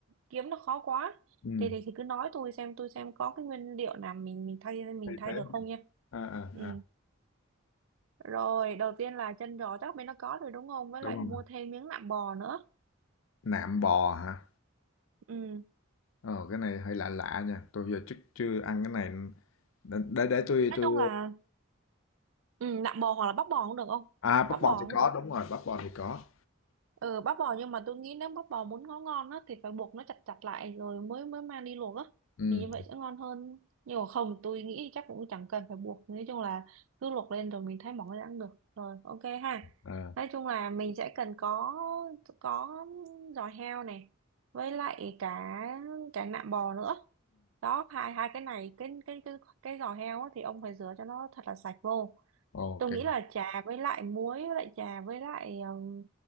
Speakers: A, on the right; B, on the left.
A: kiếm nó khó quá
B: Ừ.
A: thì thì, thì cứ nói tôi xem tôi xem có cái nguyên liệu nào mình mình thay mình
B: thay
A: thay
B: thế
A: được không nha
B: À, à,
A: ừ
B: à.
A: Rồi, đầu tiên là chân giò chắc bên nó có rồi đúng không? Với
B: đúng
A: lại
B: không
A: mua thêm miếng nạm bò nữa.
B: Nạm bò hả?
A: Ừ.
B: Ờ, cái này hơi lạ lạ nha, tôi giờ trước chưa ăn cái này, để để, để tôi
A: Nói
B: tôi
A: chung là ừ, nạm bò hoặc là bắp bò cũng được không?
B: à bắp
A: Bắp
B: bò
A: bò
B: thì
A: cũng
B: có,
A: được.
B: đúng rồi, bắp bò thì có.
A: Ừ, bắp bò nhưng mà tôi nghĩ nếu bắp bò muốn ngon ngon á thì phải buộc nó chặt chặt lại rồi mới mới mang đi luộc á.
B: Ừm,
A: Thì như vậy sẽ ngon hơn. Nhưng mà không, tôi nghĩ chắc cũng chẳng cần phải buộc. Nói chung là cứ luộc lên rồi mình thái mỏng ra ăn được. Rồi, ok ha.
B: à, à,
A: Nói chung là mình sẽ cần có có giò heo này với lại cả cả nạm bò nữa đó hai hai cái này cái cái cái cái giò heo á, thì ông phải rửa cho nó thật là sạch vô
B: ok.
A: tôi nghĩ là trà với lại muối với lại trà với lại um,